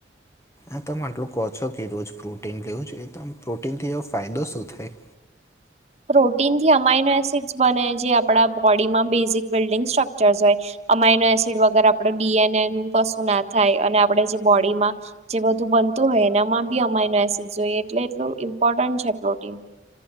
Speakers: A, on the left; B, on the right.
A: આ તમે આટલું કહો છો કે રોજ પ્રોટીન લેવું જોઈએ તો આમ પ્રોટીનથી એવો ફાયદો શું થાય?
B: પ્રોટીન થી અમાઈનો એસિડ્સ બને જે આપણા બોડીમાં બેઝિક બિલ્ડિંગ સ્ટ્રક્ચર્સ હોય. અમાઇનો એસિડ વગર આપડે ડીએનએ નું કશું ના થાય અને આપણે જે બોડીમાં જે બધું બનતું હોય એનામાં બી અમાઈનું એસીડ જોઈએ એટલે એટલું ઇમ્પોર્ટન્ટ છે પ્રોટીન